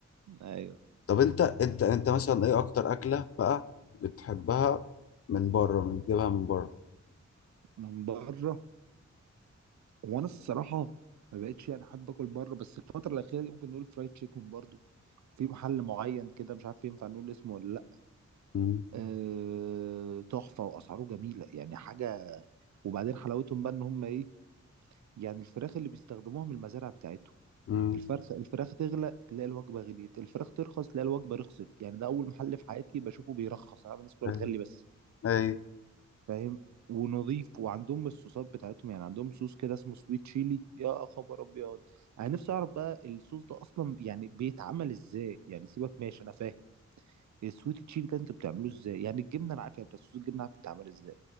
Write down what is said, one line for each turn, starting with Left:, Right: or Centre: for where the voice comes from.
Right: <laughs> أيوه
Left: طب انت انت انت مثلا ايه اكتر اكله بقى بتحبها من بره من بتجيبها من بره
Right: من بره وأنا الصراحة ما بقتش يعني أحب آكل بره بس الفترة الأخيرة دي ممكن نقول فرايد تشيكن برضو في محل معين كده مش عارف ينفع نقول اسمه ولا لأ
Left: امم
Right: أه تحفة وأسعاره جميلة يعني حاجة وبعدين حلاوتهم بقى إن هم إيه يعني الفراخ اللي بيستخدموها من المزارع بتاعتهم
Left: امم
Right: الفرخ الفراخ تغلى تلاقي الوجبة غليت الفراخ ترخص تلاقي الوجبة رخصت يعني ده أول محل في حياتي بشوفه بيرخص أنا عارف الناس كلها
Left: اي
Right: بتغلي بس
Left: اي
Right: فاهم ونظيف وعندهم الصوصات بتاعتهم يعني عندهم صوص كده اسمه سويت تشيلي يا خبر أبيض أنا نفسي أعرف بقى الصوص ده أصلا يعني بيتعمل إزاي يعني سيبك ماشي أنا فاهم السويت تشيلي ده أنت بتعمله إزاي يعني الجبنة أنا عارف يعني بتاع صوص الجبنة عارف بيتعمل إزاي